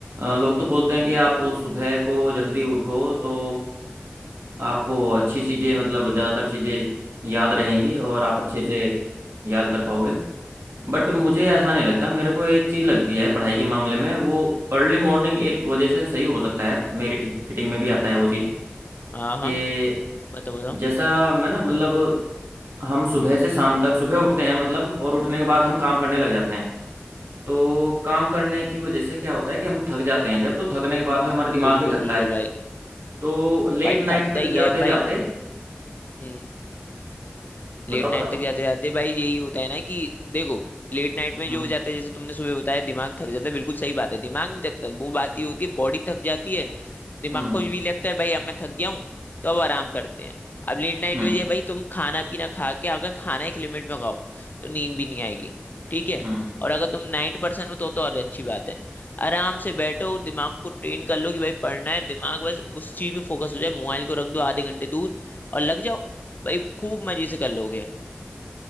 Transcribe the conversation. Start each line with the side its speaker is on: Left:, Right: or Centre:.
Right: लोग तो बोलते हैं कि
Left: हम्म।
Right: आप सुबह को जल्दी उठो तो आपको अच्छी चीज़ें मतलब ज़्यादातर चीज़ें याद रहेंगी और आप अच्छे से याद कर पाओगे बट मुझे ऐसा नहीं लगता मेरे को एक चीज़ लगती है पढ़ाई के मामले में वो अर्ली मॉर्निंग एक वजह से सही हो सकता है मेरी ठीक फिटिंग में भी आता है वो चीज़
Left: हाँ हाँ
Right: कि
Left: बताओ बताओ
Right: जैसा मैं ना मतलब हम सुबह से शाम तक सुबह उठते हैं मतलब और उठने के बाद हम काम करने लग जाते हैं तो काम करने की वजह से क्या होता है कि हम थक जाते हैं जब तो थकने के बाद में हमारा दिमाग
Left: बिल्कुल
Right: भी थकता
Left: बिल्कुल
Right: है
Left: भाई
Right: तो लेट
Left: भाई
Right: नाइट
Left: थकता
Right: तक
Left: ही
Right: जाते
Left: है भाई
Right: जाते
Left: हम्म
Right: बताओ
Left: लेट नाइट
Right: बताओ
Left: तक जाते जाते भाई यही होता है ना कि देखो लेट नाइट में
Right: हम्म
Left: जो हो जाता है जैसे तुमने सुबह बताया दिमाग थक जाता है बिल्कुल सही बात है दिमाग नहीं थकता वो बात ही होती है बॉडी थक जाती है दिमाग
Right: हम्म
Left: को भी लगता है भाई अब मैं थक गया हूँ तो अब आराम करते हैं अब लेट नाइट
Right: हम्म
Left: में ये भाई तुम खाना पीना खा के अगर खाना एक लिमिट में खाओ तो नींद भी नहीं आएगी ठीक है
Right: हम्म।
Left: और अगर तुम नाइट पर्सन हो तो तो और अच्छी बात है आराम से बैठो और दिमाग को ट्रेन कर लो कि भाई पढ़ना है दिमाग बस उस चीज पे फोकस हो जाए मोबाइल को रख दो आधे घंटे दूर और लग जाओ भाई खूब मजे से कर लोगे